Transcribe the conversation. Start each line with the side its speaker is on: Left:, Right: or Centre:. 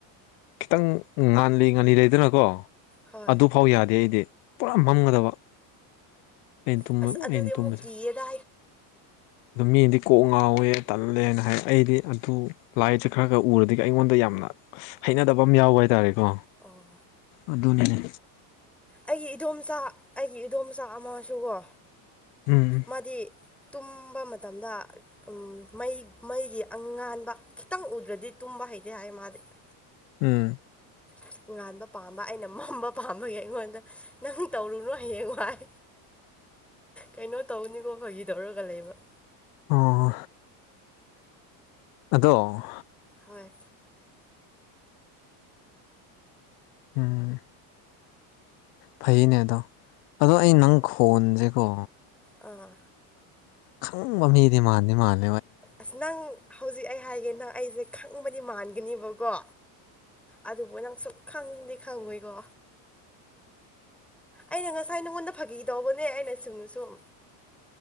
Left: ꯈꯤꯇꯪ ꯉꯥꯜꯂꯤ-ꯉꯥꯜꯂꯤ ꯂꯩꯗꯅꯀꯣ
Centre: ꯍꯣꯏ
Left: ꯑꯗꯨ ꯐꯥꯎ ꯌꯥꯗꯦ ꯑꯩꯗꯤ ꯄꯨꯔꯥ ꯃꯝꯒꯗꯕ ꯑꯩꯇꯨꯝ
Centre: ꯑꯁ ꯑꯗꯨꯗꯤ
Left: ꯑꯩꯅ
Centre: ꯑꯃꯨꯛ
Left: ꯇꯨꯝꯃꯥꯁꯦ
Centre: ꯀꯤꯌꯦꯗ
Left: ꯑꯗꯨ ꯃꯤꯗꯤ ꯀꯣꯛ ꯉꯥꯎꯋꯦ ꯇꯜꯂꯦꯅ ꯍꯥꯏ ꯑꯩꯗꯤ ꯑꯗꯨ ꯂꯥꯏꯁꯦ ꯈꯔ-ꯈꯔ ꯎꯔꯗꯤ ꯑꯩꯉꯣꯟꯗ ꯌꯥꯝꯅ ꯍꯩꯅꯗꯕ ꯑꯃ ꯌꯥꯎꯕ ꯍꯥꯏꯇꯥꯔꯦꯀꯣ
Centre: ꯑꯣ
Left: ꯑꯗꯨꯅꯅꯦ
Centre: ꯑꯩꯒꯤ ꯏꯗꯣꯝꯆꯥ ꯑꯩꯒꯤ ꯏꯗꯣꯝꯆꯥ ꯑꯃꯁꯨꯀꯣ
Left: ꯎꯝ
Centre: ꯃꯥꯗꯤ ꯇꯨꯝꯕ ꯃꯇꯝꯗ ꯃꯩ-ꯃꯩꯒꯤ ꯑꯉꯥꯟꯕ ꯈꯤꯇꯪ ꯎꯗ꯭ꯔꯗꯤ ꯇꯨꯝꯕ ꯍꯩꯇꯦ ꯍꯥꯏ ꯃꯥꯗꯤ <inaudible>
Left: ꯎꯝ
Centre: ꯑꯗꯨ ꯉꯥꯟꯕ ꯄꯥꯝꯕ ꯑꯩꯅ ꯃꯝꯕ ꯄꯥꯝꯕꯒꯤ ꯑꯩꯉꯣꯟꯗ ꯅꯪ ꯇꯧꯔꯨꯅꯨ ꯍꯌꯦꯡ ꯋꯥꯏ ꯀꯩꯅꯣ ꯇꯧꯅꯤꯀꯣ ꯐꯥꯒꯤ ꯇꯧꯔꯒ ꯂꯩꯕ
Left: ꯑꯣ ꯑꯗꯣ
Centre: ꯍꯣꯏ
Left: ꯎꯝ ꯐꯩꯅꯦ ꯑꯗꯣ ꯑꯗꯣ ꯑꯩ ꯅꯪ ꯈꯣꯟꯁꯦꯀꯣ
Centre: ꯑꯥ
Left: ꯈꯪꯕ ꯃꯤꯗꯤ ꯃꯥꯥꯟꯦ ꯃꯥꯜꯂꯤ
Centre: ꯑꯁ ꯅꯪ ꯍꯧꯖꯤꯛ ꯑꯩ ꯍꯥꯏꯒꯦ ꯅꯪ ꯑꯩꯁꯦ ꯈꯪꯕꯗꯤ ꯃꯥꯟꯒꯅꯦꯕꯀꯣ ꯑꯗꯨꯕꯨ ꯅꯪ ꯁꯨꯛ ꯈꯪꯗꯤ ꯈꯪꯉꯣꯏꯀꯣ ꯑꯩꯅ ꯉꯁꯥꯏ ꯅꯉꯣꯟꯗ ꯐꯥꯈꯤꯗꯧꯕꯅꯦ ꯑꯩꯅ ꯆꯨꯝꯅ ꯁꯨꯝ